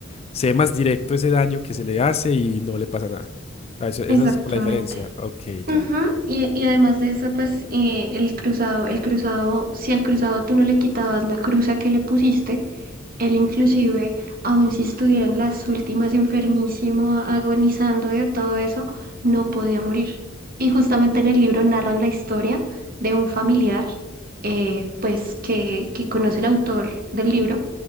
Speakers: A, on the left (about 30°); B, on the right (about 45°).
A: se ve más directo ese daño que se le hace y no le pasa nada. Ah, eso- esa
B: Exactamente.
A: es como la diferencia. Ok, ya.
B: Ujú, Y, y además de eso, pues eh, el cruzado, el cruzado, si al cruzado tú no le quitabas la cruza que le pusiste, él inclusive, aun si estuviera en las últimas enfermísimo, a- agonizando de todo eso, no podía morir. Y justamente en el libro narran la historia de un familiar, eh, pues que, que conoce el autor del libro,